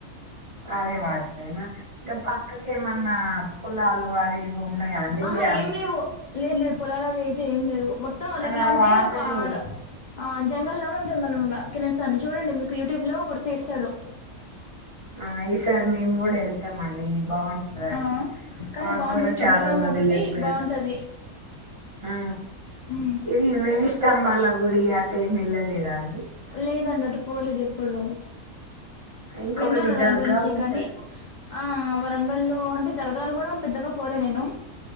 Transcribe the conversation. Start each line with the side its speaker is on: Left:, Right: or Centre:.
Right: పారే వాటరేనా దాన్ పక్కకేమన్నా పొలాలు అవి ఇవి ఉన్నాయా అండి
Left: ఆహా
Right: డ్యామ్కు
Left: ఏం లేవు లేదు లేదు పొలాల అవి అయితే ఏం లేవు మొత్తం అది
Right: మరి
Left: ఎట్లా
Right: ఆ
Left: అంటే
Right: వాటరు
Left: ఒక ఆడ ఆ జ జంగల్లానే ఉంటుంది అనమట కిిన్నెరసాని చూడండి మీకు యూట్యూబ్ లో కొడితే ఇస్తాడు
Right: ఆ ఈసారి మేం గూడా ఎళ్తమండి బావుంటదంట
Left: ఆ కానీ
Right: మా
Left: బాగుంటది
Right: గూడా
Left: ఇప్పుడు
Right: చాలా
Left: ఎండాకాలం
Right: మంది
Left: కాబట్టి
Right: జెప్పారు
Left: బాగుంటది
Right: ఆ
Left: ఉమ్.
Right: ఇది వేయిస్తంబాల గుడి అటెం ఎళ్లలేదా అండి
Left: లేదండి అటు పోలేదు ఎప్పుడూ
Right: ఇంకొకటి
Left: విన్నాను దాని
Right: దర్గా
Left: గురించి
Right: ఉంటది
Left: కాని ఆ వరంగల్లో అంటే వరంగల్ కూడా పెద్దగా పోలే నేను